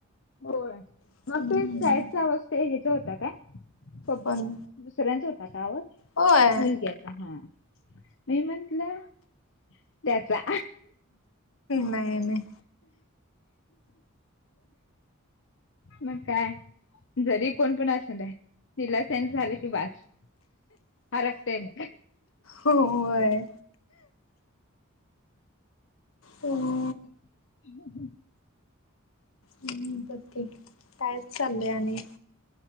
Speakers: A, on the left; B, on the left.
A: होय
B: हम्म
A: मग तो सॅडचा अवस्था ह्याचा होता काय
B: पण
A: दुसऱ्यांचा होताा का आवाज
B: होय
A: मुलक्यात हा मी म्हंटलं त्याचा
B: नाही नाही
A: मग काय जरी कोण पण असेल निलासेट झाले की बस अरप टेम
B: होय हम
A: ह ह
B: हम्म बक्की कायच चाललंय आणि